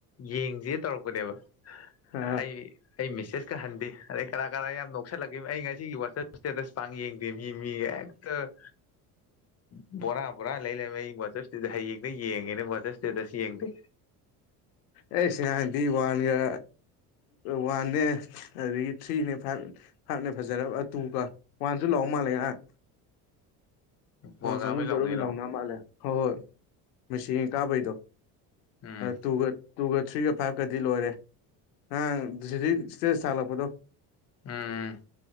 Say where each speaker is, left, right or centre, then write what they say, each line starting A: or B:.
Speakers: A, on the left; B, on the left.
A: ꯌꯦꯡꯁꯦ ꯇꯧꯔꯛꯄꯅꯦꯕ
B: ꯑ
A: ꯑꯩ ꯑꯩ ꯃꯤꯁꯦꯁ ꯀ ꯍꯥꯟꯗꯤ ꯑꯗꯩ ꯀꯅꯥ ꯀꯅꯥꯅꯣ ꯌꯥꯝ ꯅꯣꯛ ꯅꯣꯛꯁꯜꯂꯛꯈꯤꯕ ꯑꯩ ꯉꯁꯤꯒꯤ ꯋꯥꯆꯞ ꯏꯁꯇꯦꯇꯁ ꯄꯥꯡ ꯌꯦꯡꯗꯦ ꯃꯤ ꯃꯤꯒ ꯍꯦꯛꯇ ꯕꯣꯔꯥ ꯕꯣꯔꯥ ꯂꯩ ꯂꯩꯃꯩ ꯑꯩ ꯋꯥꯆꯥꯞ ꯏꯁꯇꯦꯠꯇ ꯍꯌꯦꯡꯗꯩ ꯌꯦꯡꯉꯥꯒꯦꯅ ꯋꯆꯥꯞ ꯏꯁꯇꯦꯠꯇ ꯌꯦꯡꯗꯦ
B: ꯑꯩꯁꯍꯥꯟꯗꯤ ꯋꯥꯟꯒ ꯋꯥꯟꯅꯦ ꯑꯗꯨꯗꯒꯤ ꯊ꯭ꯔꯤꯅꯦ ꯐꯥꯏꯚ ꯐꯞꯅꯦ ꯐꯖꯔꯕ ꯇꯨꯒ ꯋꯥꯟꯁꯨ ꯂꯥꯛꯑꯣ ꯃꯥꯜꯂꯦ ꯉ
A: ꯕꯣꯜ
B: ꯋꯥꯣꯏ
A: ꯀꯥꯕꯩ
B: ꯀꯥꯡꯕꯨ
A: ꯂꯥꯎꯅꯩꯔꯣ
B: ꯆꯖꯔꯨꯕꯤ ꯂꯥꯎꯅꯥ ꯃꯥꯜꯂꯦ ꯍꯣꯏ ꯍꯣꯏ ꯃꯦꯆ ꯀꯥꯕꯩꯗꯣ
A: ꯎꯝ
B: ꯇꯨ ꯇꯨꯒ ꯊ꯭ꯔꯤꯒ ꯐꯥꯏꯚꯀꯗꯤ ꯂꯣꯏꯔꯦ ꯉꯔꯥꯡ ꯁꯤꯛ ꯏꯁꯇꯦꯖ ꯊꯥꯜꯂꯛꯄꯗꯣ
A: ꯎꯝ